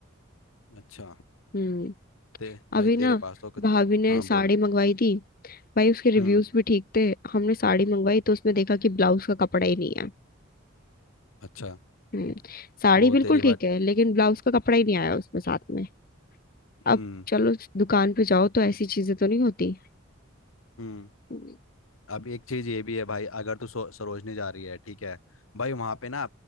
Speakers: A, on the left; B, on the left.
A: अच्छा
B: हम्म
A: ते
B: अभी
A: भाई
B: ना
A: तेरे पास तो कत-
B: भाभी ने
A: हाँ
B: साड़ी
A: बोल
B: मंगवाई थी भाई उसके रिव्यूज
A: हम्म
B: भी ठीक थे हमने साड़ी मंगवाई तो उसमें देखा कि ब्लाउज का कपड़ा ही नहीं है
A: अच्छा
B: हम्म साड़ी
A: वो
B: बिल्कुल
A: तेरी
B: ठीक
A: बात
B: है
A: ठीक
B: लेकिन ब्लाउज का कपड़ा ही नहीं आया उसमें साथ में अब
A: हम्म
B: चलो उस दुकान पे जाओ तो ऐसी चीजें तो नहीं होती
A: हम्म
B: हम्म,
A: अब एक चीज ये भी है भाई अगर तू सो- सरोजनी जा रही है ठीक है भाई वहां पे ना